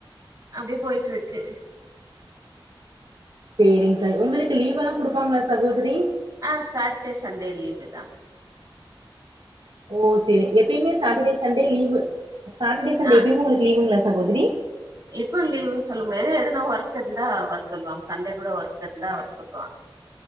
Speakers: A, on the right (about 40°); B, on the right (about 70°).
A: அப்டியே போய்ட்டு ட்ருக்கு
B: சேரிங் உங்களுக்கு லீவு ஈஎல்லா குடுப்பாங்களா சகோதரி
A: ஆ சாட்டர்டே சண்டே லீவு தான்
B: ஓ செரி எப்பயுமே Saturday Sunday leave Saturday Sunday
A: ஆ
B: எப்பயுமே உங்களுக்கு லீவுங்களா சகோதரி
A: எப்ப லீவுன்னு சொல்ல முடியாது எதுனா ஒர்க் இருந்தா வர சொல்லுவாங்க சண்டே கூட ஒர்க் இருந்தா வர சொல்லுவாங்க